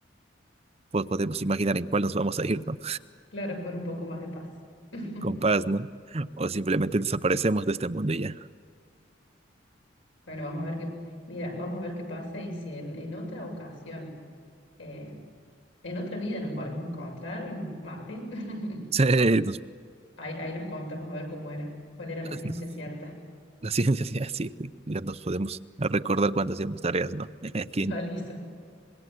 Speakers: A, on the right (about 30°); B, on the left (about 80°).
A: pues podemos imaginar en cuál nos vamos a ir, ¿no?
B: Claro, con un poco más de paz.
A: <laughs>
B: <laughs>
A: Con paz, ¿no? O simplemente desaparecemos de este mundo y ya. <laughs>
B: Bueno, vamos a ver qué, mira, vamos a ver qué pasa y si en, en otra ocasión, eh, en otra vida nos volvemos a encontrar, Martín, <laughs>
A: Sí, nos-
B: ahí, ahí nos contamos a ver cómo era, cuál era la ciencia
A: nos-
B: cierta.
A: la ciencia sí, así, ya nos podemos recordar cuando hacíamos tareas, ¿no? <laughs> Aquí.
B: <laughs> Vale, eso.